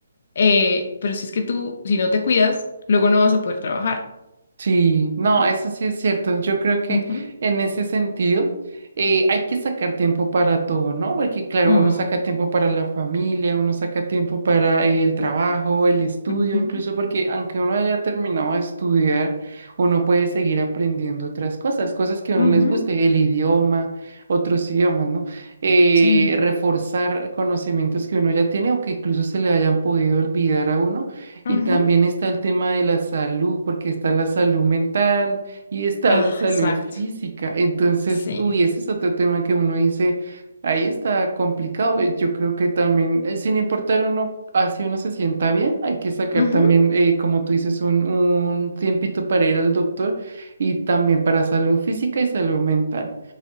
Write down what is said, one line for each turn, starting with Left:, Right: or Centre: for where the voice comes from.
Left: eh, pero si es que tú, si no te cuidas, luego no vas a poder trabajar.
Right: Sí, no,
Left: ¿no?
Right: eso sí es cierto. Yo creo que
Left: Ujú,
Right: en ese sentido eh, hay que sacar tiempo para todo, ¿no? Porque claro,
Left: mm,
Right: uno saca tiempo para la familia, uno saca tiempo para el trabajo, el estudio,
Left: ujú,
Right: incluso porque aunque uno haya terminado de estudiar, uno puede seguir aprendiendo otras cosas, cosas que a
Left: ujú,
Right: uno les guste, el idioma, otros idiomas, ¿no? Eh,
Left: Sí.
Right: reforzar conocimientos que uno ya tiene o que incluso se le hayan podido olvidar a uno
Left: ujú.
Right: y también está el tema de la salud, porque está la salud mental y está
Left: Ah,
Right: la salud
Left: exacto.
Right: física. Entonces,
Left: Sí.
Right: uy, ese es otro tema que uno dice, ahí está complicado. Y Yo creo que también, eh, sin importar uno, así uno se sienta bien, hay que sacar
Left: ujú,
Right: también, eh, como tú dices, un, un tiempito para ir al doctor y también para salud física y salud mental.